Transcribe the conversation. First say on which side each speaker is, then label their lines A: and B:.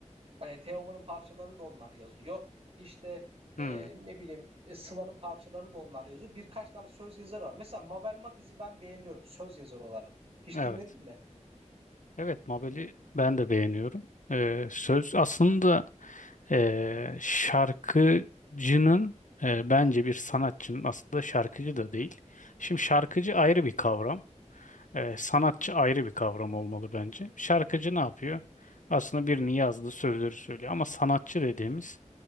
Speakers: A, on the right; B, on the left.
A: e, Teoman'ın parçalarını da onlar yazıyor. İşte e,
B: hmm,
A: ne bileyim e, Sıla'nın parçalarını da onlar yazıyor. Birkaç tane söz yazarı var. Mesela Mabel Matiz'i ben beğeniyorum söz yazarı olarak. Hiç
B: evet.
A: dinledin mi?
B: Evet, Mabel'i ben de beğeniyorum. Ee, söz aslında ee, şarkıcının ee, bence bir sanatçının aslında şarkıcı da değil. Şimdi şarkıcı ayrı bir kavram. Ee, sanatçı ayrı bir kavram olmalı bence. Şarkıcı ne yapıyor? Aslında birini yazdığı sözleri söylüyor. Ama sanatçı dediğimiz